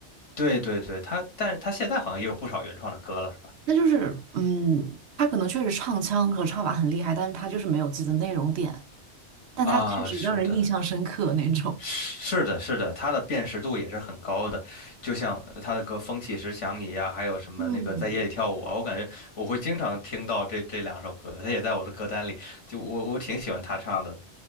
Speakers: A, on the left; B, on the right.
A: 对对对，他但是他现在好像也有不少原创的歌了，是吧？
B: 那就是嗯，他可能确实唱腔和唱法很厉害，但是他就是没有自己的内容点，但他确实让人印象深刻那种。
A: 啊，是的，是的，是的，他的辨识度也是很高的，就像呃他的歌《风起时想你》呀，还有什么那个在夜里跳舞啊，
B: 嗯，
A: 我感觉我会经常听到这这两首歌，他也在我的歌单里，就我我挺喜欢他唱的。